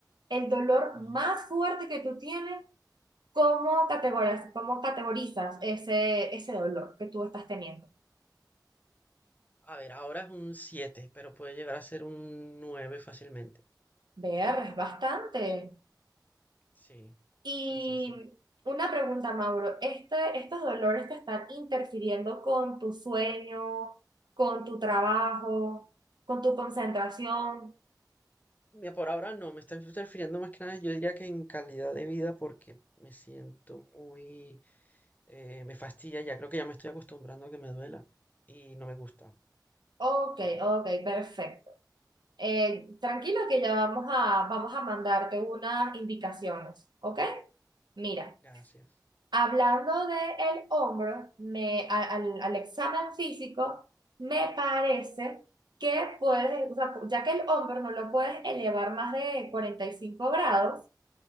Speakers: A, on the right; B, on the left.
A: el dolor
B: Ajá.
A: más fuerte que tú tienes, ¿cómo categorizas, cómo categorizas ese, ese dolor que tú estás teniendo?
B: A ver, ahora es un siete, pero puede llegar a ser un nueve fácilmente.
A: Ver, es bastante.
B: Sí,
A: Y
B: sí, sí, sí.
A: una pregunta, Mauro, este, ¿estos dolores te están interfiriendo con tu sueño, con tu trabajo, con tu concentración?
B: Mira, por ahora no, me está interfiriendo más que nada, yo diría que en calidad de vida porque me siento muy... eh, me fastidia ya, creo que ya me estoy acostumbrando a que me duela y no me gusta.
A: Ok, ok, perfecto. Eh, tranquilo que ya vamos a, vamos a mandarte unas indicaciones, ¿ok? Mira,
B: Gracias.
A: hablando del hombro, me, a- al, al examen físico, me parece que puedes, o sea, ya que el hombro no lo puedes elevar más de 45 grados,